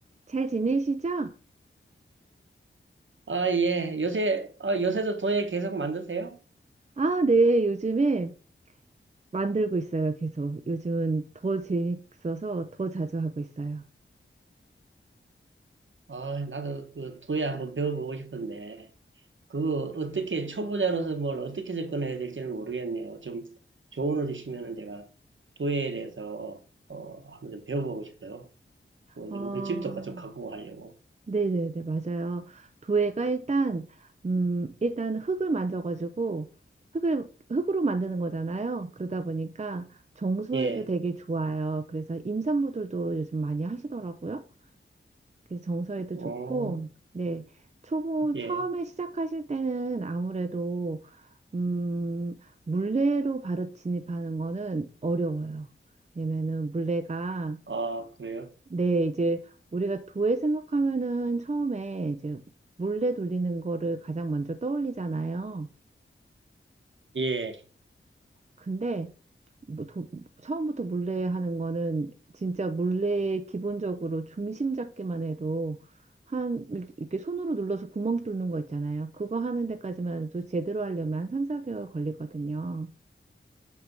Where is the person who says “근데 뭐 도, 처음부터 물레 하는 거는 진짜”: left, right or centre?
Right